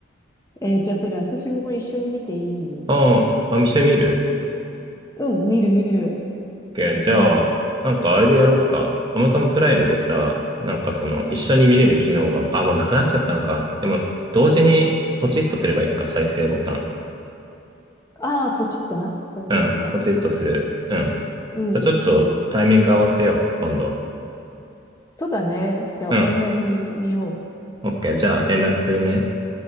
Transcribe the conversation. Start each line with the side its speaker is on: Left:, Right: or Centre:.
Left: えーじゃあそれ私も一緒に見ていい
Right: ああ、あ、見してみる
Left: うん、見る見る。
Right: ?OK。
Left: 見たい。
Right: じゃあ、なんかあれでやろうか。Amazon プライムでさ、なんかその、
Left: うん。
Right: 一緒に見れる機能が、あ、もうなくなっちゃったのか。でも、同時に、ポチッとすればいいか、再生ボタン。
Left: ああ、ポチッとな。ポチッとな。
Right: うん、ポチッとする。うん。じゃあちょっと、
Left: うん、うん。
Right: タイミング合わせよう、今度。
Left: そうだね。じゃあ、
Right: うん。
Left: 同じに見よ
Right: OK。じゃあ、連絡するね。